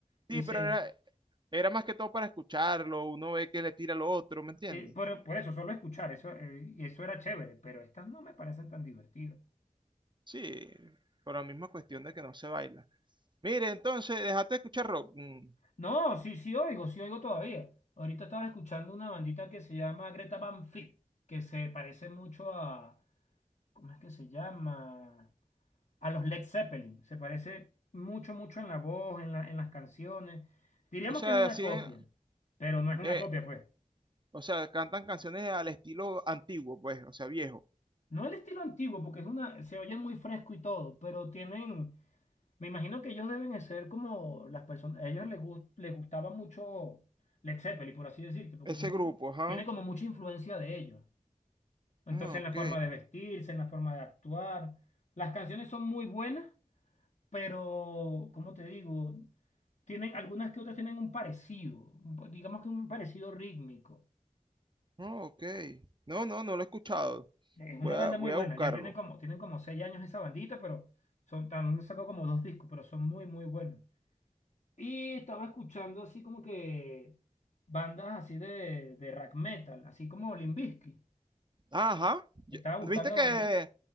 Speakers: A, on the left; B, on the right.
A: Y
B: Sí,
A: se,
B: pero era, era más que todo para escucharlo, uno ve que le tira al otro, ¿me entiendes?
A: eh, por, por eso, solo escuchar, eso, eh, y eso era chévere, pero estas no me parecen tan divertidas.
B: Sí, por la misma cuestión de que no se baila. Mire, entonces, dejaste de escuchar rock. Mm.
A: No, sí, sí oigo, sí oigo todavía. Ahorita estaba escuchando una bandita que se llama Greta Van Fleet, que se parece mucho a, ¿cómo es que se llama? A los Led Zeppelin. Se parece mucho, mucho en la voz, en la- en las canciones. Diríamos
B: O sea,
A: que es una
B: así
A: copia,
B: es,
A: pero no es una
B: eh,
A: copia, pues.
B: o sea, cantan canciones al estilo antiguo, pues, o sea, viejo.
A: No el estilo antiguo, porque es una, se oye muy fresco y todo, pero tienen, me imagino que ellos deben de ser como las personas, a ellos les, gus- les gustaba mucho Led Zeppelin, por así decirte, porque
B: Ese
A: tienen,
B: grupo, ajá.
A: tiene como mucha influencia de ellos. Entonces
B: Ah,
A: en
B: ok.
A: la forma de vestirse, en la forma de actuar, las canciones son muy buenas, pero, ¿cómo te digo? Tienen, algunas que otras tienen un parecido, un po- digamos que un parecido rítmico.
B: Ah, ok. No, no, no lo he escuchado.
A: Es una
B: Voy
A: banda
B: a, voy
A: muy buena,
B: a buscarlo.
A: ya tienen como, tienen como seis años esa bandita, pero son, también sacó como dos discos, pero son muy, muy buenos. Y estaba escuchando así como que bandas así de, de rock metal, así como Limp Bizkit.
B: Ah, Ajá. Yo-
A: Estaba
B: ¿Viste
A: buscando
B: que,
A: banditas.